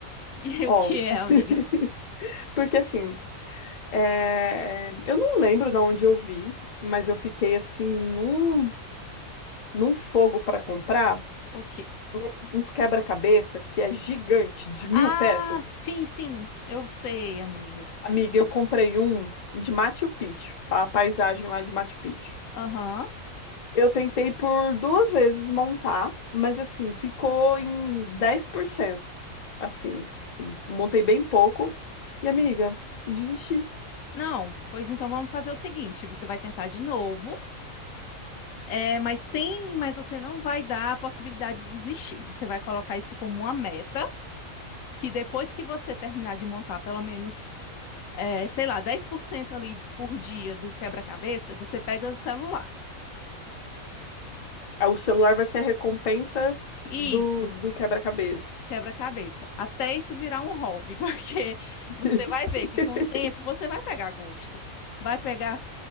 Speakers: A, on the left (about 70°); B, on the left (about 40°).
A: E
B: Ó,
A: <laughs> o que é,
B: <laughs>
A: amiga?
B: porque assim, é, eu não lembro de onde eu vi, mas eu fiquei assim num, num fogo para comprar
A: O quê?
B: s- uns, uns quebra-cabeça que é gigante, de mil
A: Ah,
B: peças.
A: sim, sim, eu sei, amiga.
B: Amiga, eu comprei um de Machu Picchu, tá? A paisagem lá de Machu Picchu.
A: Aham.
B: Eu tentei por duas vezes montar, mas assim, ficou em 10%. Assim, montei bem pouco. E amiga, desisti.
A: Não, pois então vamos fazer o seguinte: você vai tentar de novo, é, mas sem, mas você não vai dar a possibilidade de desistir. Você vai colocar isso como uma meta, que depois que você terminar de montar pelo menos, é, sei lá, 10% ali por dia do quebra-cabeça, você pega o celular.
B: Ah, O celular vai ser a recompensa
A: Isso,
B: do, do quebra-cabeça.
A: quebra-cabeça. Até isso virar um hobby, <laughs> porque
B: <laughs>
A: você vai ver que com o tempo você vai pegar gosto. Vai pegar